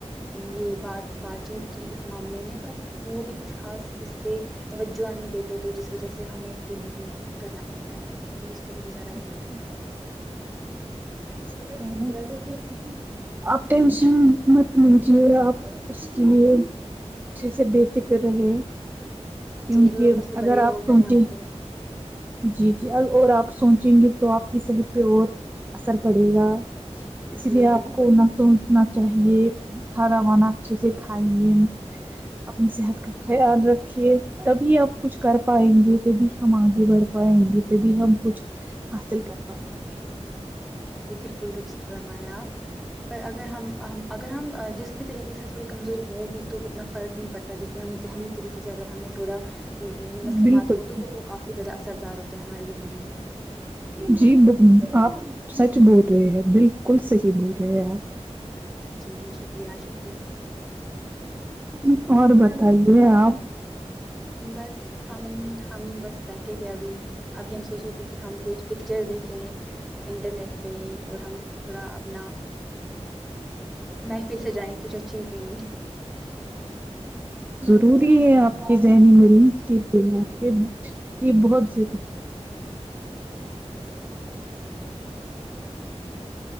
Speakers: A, in the centre; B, on the right.
A: یہ بات بات چیت کی اس معاملے میں پر وہ بھی کچھ خا اس پہ توجہ نہیں دیتے تو جس وجہ سے ہمیں پھر وہی کرنا پڑتا ہے وہی <unintelligible> گزارا
B: اچھا
A: کرنا پڑتا ہے <unintelligible>
B: م تو سوچھی <unintelligible> آپ ٹینشن
A: ہ
B: مت لیجےا آپ اس <unintelligible> اسلیم <unintelligible> اچھے سے بے فکر رہے کیونکہ
A: جی اور اوپر سے
B: اگر
A: بڑے
B: آپ
A: لوگ ہیں
B: سوچیں
A: یہاں
B: <unintelligible>
A: پہ
B: جی جی اور آپ <unintelligible> سوچیں گے تو آپ کی صحت پہ اور <unintelligible> اثر پڑے گا اسی
A: جی
B: لیے آپ
A: بالکل
B: کو نہ تو اتنا <unintelligible> چاہیے کھانا وانا اچھے سے کھائیے اپنی صحت کا خیال رکھیے تبھی ہمپ کچھ کر پائیں گے تبھی ہم آگے بڑھ پائیں گے تبھی ہم کچھ <unintelligible> حاصل کر پائیں گے <unintelligible>
A: جی بالکل درست فرمایا آپ <unintelligible> پر اگر ہم <unintelligible> اگر ہم جسم طریقے سے تھوڑی کمزور <unintelligible> ہو بھی تو اتنا فرق نہیں پڑتا جتنا ہم ذہنی طریقے سے اگر ہمیں تھوڑا مسلمات
B: بالکل
A: ہو
B: بالکل
A: تو پھر وہ کافی زیادہ <unintelligible> سردار ہوتے ہیں ہماری زندگی میں <unintelligible>
B: جی آپ <unintelligible> سچ بول رہے ہیں بالکل <unintelligible> بال کل صحیح بول رہے ہیں آپ
A: جی شکریہ شکریہ
B: <unintelligible> اور بتائیے آپ
A: بس ہم ہم بس بیٹھے تھے ابھی ابھی ہم سوچ رہے تھے کہ ہم کوھ پکچر دیکھیں انٹرنیٹ پہ اور ہم تھوڑا اپنا محفل سجائیں کچھ اچھی سی <unintelligible>
B: روری ہے آپ <unintelligible> آپ کے ذہنی مریض کے لی یہ بہتہ <unintelligible>